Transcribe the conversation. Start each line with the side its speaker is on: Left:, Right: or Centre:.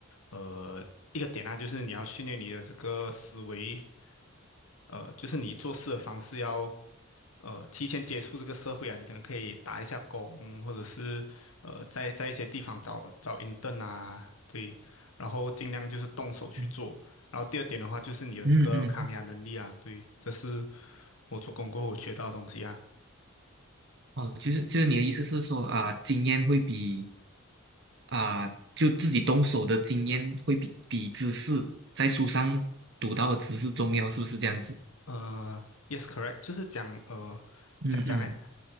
Left: 呃，一个点啊，就是你要训练你的这个思维。呃，就是你做事的方式要呃提前接触这个社会啊，你可能可以打一下工，或者是呃在在一些地方找找 intern 啊，对，然后尽量就是动手去做。
Right: 嗯
Left: 然后第二点的话，就是你有这个抗压能力啊，
Right: 嗯嗯
Left: 对，这是我做工过后我学到的东西啊。
Right: 哦，就是就是你的意思是说啊，经验会比啊，就自己动手的经验会比比知识在书上读到的知识重要，是不是这样子？
Left: 呃，yes correct，就是讲呃讲讲哎，
Right: 嗯嗯，